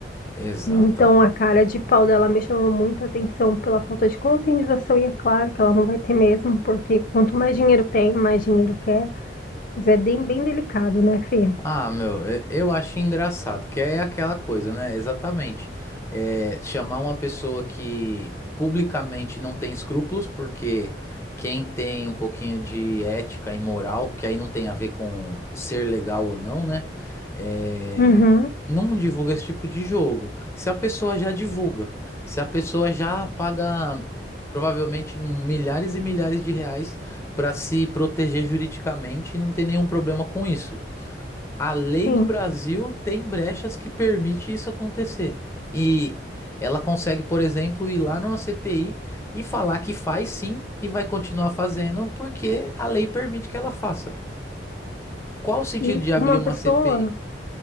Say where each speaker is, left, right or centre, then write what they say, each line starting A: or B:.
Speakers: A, on the left; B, on the left.
A: Exato.
B: Então a cara de pau dela me chamou muita atenção pela falta de conscientização, e é claro que ela não vai ter mesmo, porque quanto mais dinheiro tem, mais dinheiro quer. Mas é bem, bem delicado, né, Fê?
A: Ah, meu, e- eu acho engraçado, que é aquela coisa, né? Exatamente. É, chamar uma pessoa que publicamente não tem escrúpulos, porque quem tem um pouquinho de ética e moral, que aí não tem a ver com ser legal ou não, né? É,
B: Uhum,
A: não divulga esse tipo de jogo. Se a pessoa já divulga, se a pessoa já paga provavelmente milhares e milhares de reais para se proteger juridicamente e não tem nenhum problema com isso. A lei
B: sim.
A: do Brasil tem brechas que permite isso acontecer. E ela consegue, por exemplo, ir lá numa CPI e falar que faz sim e vai continuar fazendo porque a lei permite que ela faça. Qual o sentido
B: E
A: de abrir
B: uma
A: uma
B: pessoa,
A: CPI?